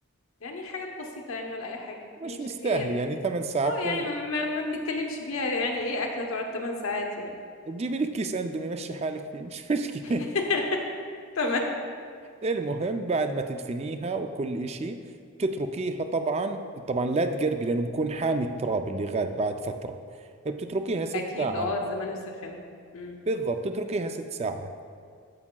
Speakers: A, on the left (about 65°); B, on the right (about 30°).
A: يعني حاجات بسيطة يعني ولا أي حاجة يعني
B: مش
A: شكليات
B: مستاهل يعني ثمان ساعات
A: اه
B: تكون
A: يعني ما, ما, ما بنتكلمش فيها يعني ايه اكله تقعد 8 ساعات يعني
B: تجيبي لك كيس اندومي مشي حالك فيه مش مشكله
A: <laughs> تمام
B: المهم بعد ما تدفنيها وكل إشي بتتركيها طبعا طبعا لا تقربي لأنه بكون حامي التراب اللي غاد بعد فترة بتتركيها ست
A: اكيد
B: ساعات
A: اه الزمن السخن امم
B: بالضبط تتركيها ست ساعات